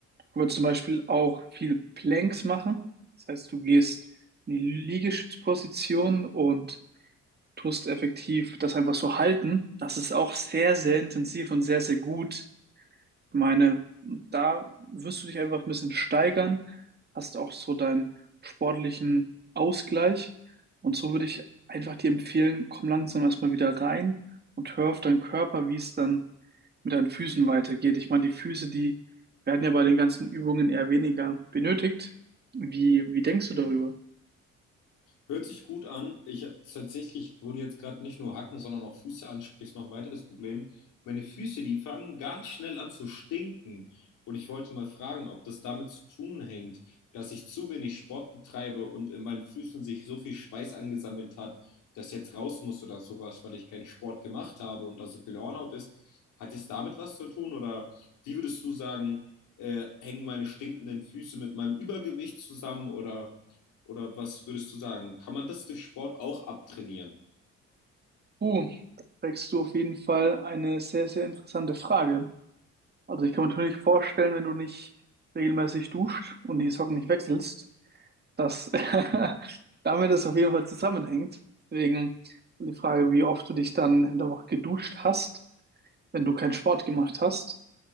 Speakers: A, on the right; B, on the left.
A: Du kannst zum Beispiel auch viel Planks machen. Das heißt, du gehst in die Liegestützposition und tust effektiv das einfach so halten. Das ist auch sehr, sehr intensiv und sehr, sehr gut. Ich meine, da wirst du dich einfach ein bisschen steigern, hast auch so deinen sportlichen Ausgleich. Und so würde ich einfach dir empfehlen, komm langsam erstmal wieder rein und hör auf deinen Körper, wie es dann mit deinen Füßen weitergeht. Ich meine, die Füße, die werden ja bei den ganzen Übungen eher weniger benötigt. Wie, wie denkst du darüber?
B: Hört sich gut an. Ich habe tatsächlich, wo du jetzt gerade nicht nur Hacken, sondern auch Füße ansprichst, noch ein weiteres Problem. Meine Füße, die fangen ganz schnell an zu stinken. Und ich wollte mal fragen, ob das damit zu tun hängt, dass ich zu wenig Sport betreibe und in meinen Füßen sich so viel Schweiß angesammelt hat, dass jetzt raus muss oder sowas, weil ich keinen Sport gemacht habe und da so viel Hornhaut ist. Hat es damit was zu tun? Oder wie würdest du sagen, äh, hängen meine stinkenden Füße mit meinem Übergewicht zusammen oder oder was würdest du sagen? Kann man das durch Sport auch abtrainieren?
A: Uh, da trägst du auf jeden Fall eine sehr, sehr interessante Frage. Also ich kann mir natürlich vorstellen, wenn du nicht regelmäßig duscht und die Socken nicht wechselst, dass <laughs> damit das auf jeden Fall zusammenhängt. Deswegen die Frage, wie oft du dich dann in der Woche geduscht hast, wenn du keinen Sport gemacht hast.